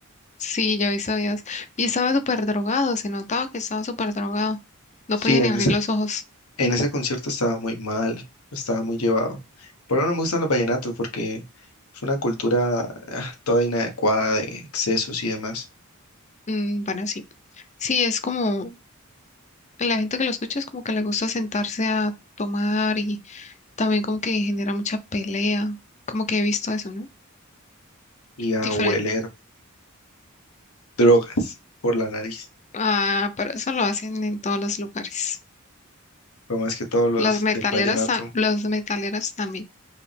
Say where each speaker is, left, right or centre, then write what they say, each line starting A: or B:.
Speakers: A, on the left (about 35°); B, on the left (about 85°).
A: Sí, yo hizo días. Y estaba súper drogado, se notaba que estaba súper drogado. No
B: Sí,
A: podía ni
B: en
A: abrir
B: ese,
A: los ojos.
B: En ese concierto estaba muy mal, estaba muy llevado. Por eso no me gustan los vallenatos, porque es una cultura ah, toda inadecuada de excesos y demás,
A: Mm, bueno, sí. Sí, es como la gente que lo escucha es como que le gusta sentarse a tomar y también como que genera mucha pelea. Como que he visto eso, ¿no?
B: y a
A: Diferente.
B: hueler drogas por la nariz.
A: Ah, pero eso lo hacen en todos los lugares.
B: Por más que todos los
A: Los metaleros,
B: del vallenato,
A: ta- los metaleros también.